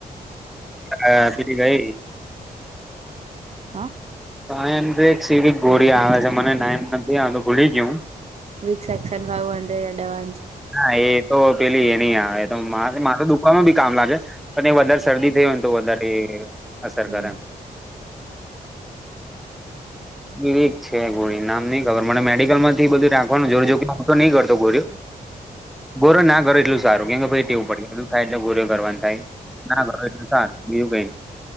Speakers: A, in the centre; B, on the right.
A: હ બીડી ગઈ.
B: હા.
A: ક એમ તો એક સીવી ગોળ આવે છે મને નામ નથી આવતો ભૂલી ગયું.
B: With section five hundred advance.
A: નાા એ તો પેલી એ ન આવે તો મારે દુકવામાં બી કામ લાગે. પણ એ વધારે શરદી થઈ હોય ને તો વધારે અસર
B: હમ
A: કરે. બક છે ગોળી નામ નઈ ખબર મને મેડિકલ માંથી બધું રાખવાનું જરૂર જો કે હું તો નઈ કરતો ગોળી.
B: <unintelligible> <inaudible>
A: ગોરો ના કરો એટલું સારું કેમ કે પછી ટેવું પડે બધું થાય એટલે ગોરે કરવાનું થાય. ના ઘરો એટલું સાર બીયું કઈ.